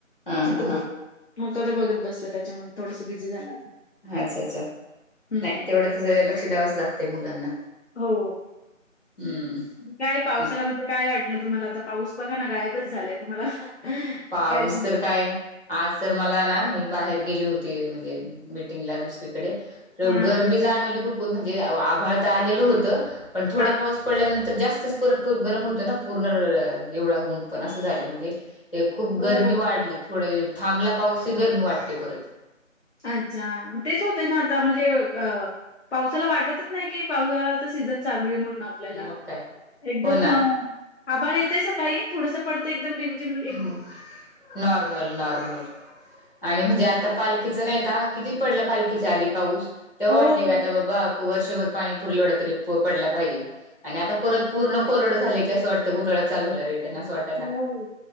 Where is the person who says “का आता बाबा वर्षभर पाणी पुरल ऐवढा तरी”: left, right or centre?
Left